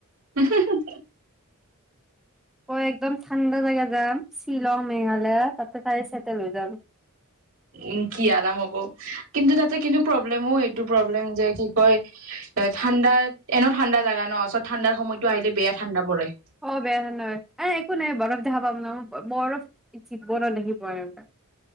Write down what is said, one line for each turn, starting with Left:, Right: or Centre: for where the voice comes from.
Right: উম হুম
Centre: মই একদম ঠাণ্ডা জাগা যাম শ্বিলং মেঘালয় তাতে তাই চেটেল হৈ যাম
Right: উম কি আৰাম হব কিন্তু তাতে কিন্তু প্ৰব্লেমো এইটো প্ৰব্লেম যে কি হয় এ ঠাণ্ডা এনে ঠান্দা জগা ন চৰত ঠাণ্ডাৰ সময়ত আহিল বেয়া ঠাণ্ডা পৰে
Centre: অঁ বেয়া নহ এ একো নাই বৰফ দেখা পাম ন বৰফ জীৱনত দেখি পোৱা নাই